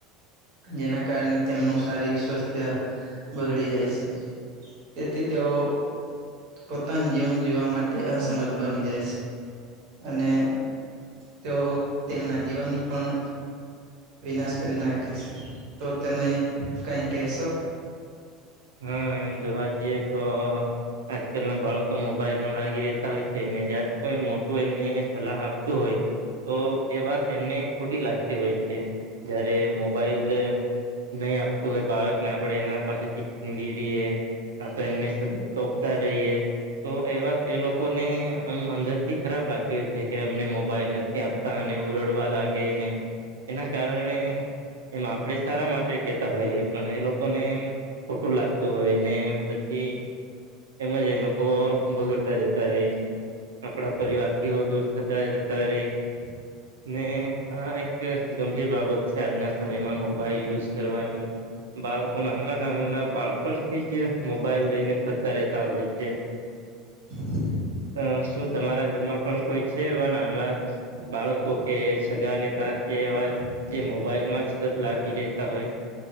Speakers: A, on the right; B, on the right.
A: જેના કારણે તેમનું શારીરિક સ્વાસ્થ્ય બગડી જાય છે તેથી તેઓ પોતાનું જીવન જીવવા માટે અસમર્થ બની જાય છે અને તેઓ તેમના જીવનનું પણ વિનાશ કરી નાખે છે તો તમે કઈ કહેશો
B: હા એમ જોવા જઈએ તો આજકાલ ના બાળકો મોબાઈલમાં લાગી રહેતા હોય છે ને જયારે કોઈ મોટું એમને સલાહ આપતું હોય તો એ વાત એમને ખોટી લાગતી હોય છે જયારે મોબાઈલ નહી આપતું હોય બાળકને આપડે એના પાસેથી રએ આ તો એમને સતત તોકતા રહીએ તો એ વાત એ લોકોનેમ અંદર થી ખરાબ લાગી છે કે અમને મોબાઈલ નથી આપ તને ઉરડવા લાગે ને એના કારણે એમાં આપણે સારા માટે કેહેતા હોઈએ પણ એ લોકોને એમ ખોટું લાગતું હોય ને પછી એમજ એ લોકો બગડતા જતા રેય આપણા પરિવાર થી હ દૂર થતા જતા રહી ને આ એક ગંભીર બાબત છે આજના સમયમાં મોબાઈલ યુઝ કરવાની બાળકો નાના ના બાળપણથી જ મોબાઈલ લઈને ફરતા રહેતા હોય છે
A: <inaudible>
B: અ શું તમારા ઘરમાં પણ કોઈ છે એ નાનલા બાળકો કે સગા નેતા કે જે મોબાઈલ માં તત લાગી લેતા હોય